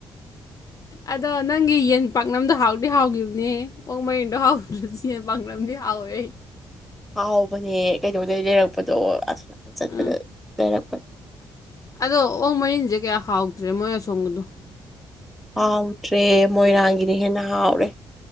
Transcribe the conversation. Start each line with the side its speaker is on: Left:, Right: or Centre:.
Left: ꯑꯗꯣ ꯅꯪꯒꯤ ꯌꯦꯟ ꯄꯥꯛꯅꯝꯗꯣ ꯍꯥꯎꯗꯤ ꯍꯥꯎꯈꯤꯕꯅꯤ ꯑꯣꯛ ꯃꯔꯤꯦꯟꯗꯣ ꯍꯥꯎꯗ꯭ꯔꯁꯨ ꯌꯦꯟ ꯄꯥꯛꯅꯝꯗꯤ ꯍꯥꯎꯋꯦ ꯑꯩꯩ
Centre: ꯍꯥꯎꯕꯅꯦ ꯀꯩꯩꯅꯧꯗꯒꯤꯩ ꯂꯩꯔꯛꯄꯗꯣ ꯑꯁ ꯅꯥꯀꯟ ꯆꯠꯄꯗ
Left: ꯎꯝ
Centre: ꯂꯩꯔꯛꯄꯗꯣ
Left: ꯑꯗꯣ ꯑꯣ ꯃꯔꯤꯟꯁꯦ ꯀꯌꯥ ꯍꯥꯎꯗ꯭ꯔꯦ ꯃꯣꯏ ꯑꯁꯣꯡꯕꯗꯣ
Centre: ꯍꯥꯎꯗ꯭ꯔꯦ ꯃꯣꯏꯔꯥꯡꯒꯤꯗꯤ ꯍꯦꯟꯅ ꯍꯥꯎꯔꯦ